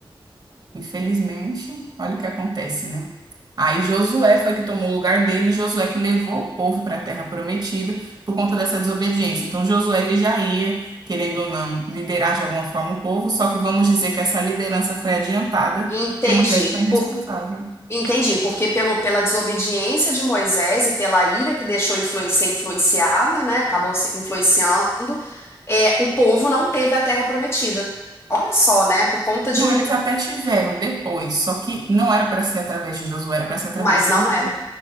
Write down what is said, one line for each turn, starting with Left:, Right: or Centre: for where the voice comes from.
Right: Infelizmente, olha o que acontece, né? Aí Josué foi que tomou o lugar dele, Josué que levou o povo para a terra prometida por conta dessa desobediência. Então Josué ele já ia, querendo ou não, liderar de alguma forma o povo, só que vamos dizer que essa liderança foi adiantada,
Left: entendi.
Right: porque Moisés foi irresponsável.
Left: Por, entendi, porque pelo, pela desobediência de Moisés e pela ira que deixou influen- ser influenciada, né? Acabou se influenciando, é, o povo não teve a terra prometida. Olha só, né? Por conta de
Right: Não,
Left: um.
Right: eles até tiveram depois, só que não era para ser através de Josué, era para ser através
Left: Mas
Right: de
Left: não
Right: Moisés.
Left: era.